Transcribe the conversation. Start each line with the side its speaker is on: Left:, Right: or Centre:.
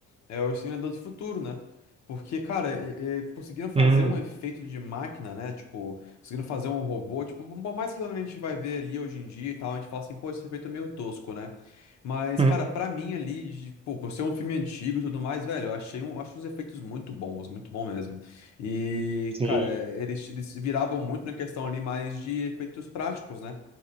Left: É o Exterminador do Futuro, né? Porque, cara, e- e conseguiram fazer
Right: Hum,
Left: um efeito de máquina, né? Tipo, conseguiram fazer um robô. Tipo, por mais que a gente vai ver ali hoje em dia e tal, a gente fala assim, pô, esse efeito é meio tosco, né? Mas,
Right: hum,
Left: cara, pra mim ali, de- pô, por ser um filme antigo e tudo mais, velho, eu achei um, acho os efeitos muito bons, muito bom mesmo. E,
Right: Sim.
Left: cara, eles, eles viravam muito na questão ali mais de efeitos práticos, né?